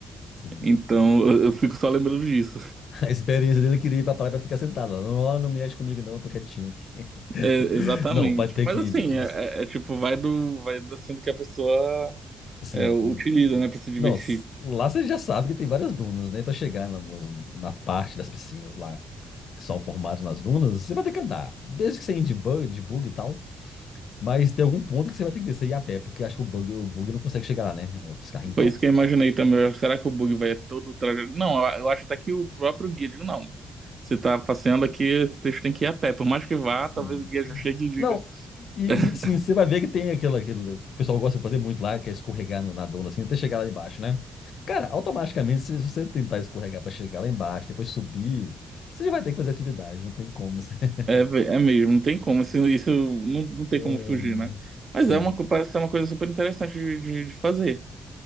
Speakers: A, on the left (about 65°); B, on the right (about 45°).
A: Sim.
B: Então, eu, eu fico só lembrando disso.
A: A experiência dele queria ir pra praia pra ficar sentado lá. Não, ó, não mexe comigo, não, eu tô quietinho aqui. <laughs>
B: É, exatamente.
A: Não, vai ter
B: Mas
A: que,
B: assim,
A: tipo,
B: é, é- é tipo, vai do, vai do sendo que a pessoa
A: assim.
B: é, utiliza, né, pra se divertir.
A: Não, s- lá você já sabe que tem várias dunas, né? Pra chegar na, no- na parte das piscinas lá, que são formadas nas dunas, você vai ter que andar. Desde que você ande de bug, de bug e tal. Mas tem algum ponto que você vai ter que descer e ir a pé, porque acho que o bug, o bug não consegue chegar lá, né? Esse carrinho e tal.
B: Foi isso que eu imaginei também. Eu, Será que o bug vai todo trajeto? Não, eu, eu acho até que o próprio guia, digo, não. Você tá passeando aqui, esse texto tem que ir a pé. Por mais que vá,
A: Sim.
B: talvez o guia já chegue e diga.
A: Não, e
B: <laughs>
A: assim, você vai ver que tem aquela, aquele, o pessoal gosta de fazer muito lá, que é escorregar no- na dona, assim, até chegar lá embaixo, né? Cara, automaticamente, se você tentar escorregar pra chegar lá embaixo, depois subir, você já vai ter que fazer atividade, não tem como. você- <laughs>
B: É, ve- é mesmo, não tem como. Isso, isso não, não tem
A: Ah,
B: como fugir, né? Mas
A: Sim,
B: é uma, co- parece ser uma coisa super interessante de, de, de fazer.